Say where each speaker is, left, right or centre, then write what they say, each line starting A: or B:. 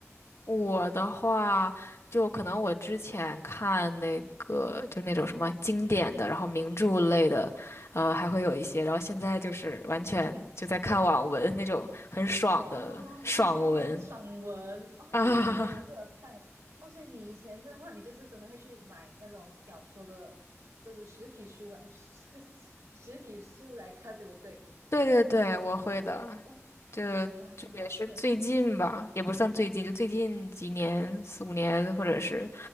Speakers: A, on the left; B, on the right.
A: 我的话，就可能我之前看那个，就那种什么经典的，然后名著类的，呃，还会有一些。然后现在就是完全就在看网文那种很爽的爽文
B: 哦，散文哦，
A: 啊。
B: 对对，我也是有看欸哦。所以你以前的话，你就是真的会去买那种小说的，就是实体书来，<laughs> 实体书来看，对不对？
A: <laughs> 对对对，我会的。
B: 哦，
A: 这就也是最近吧，
B: 哇，好特别，
A: 也不算最近，就最近几年，四五年，或者是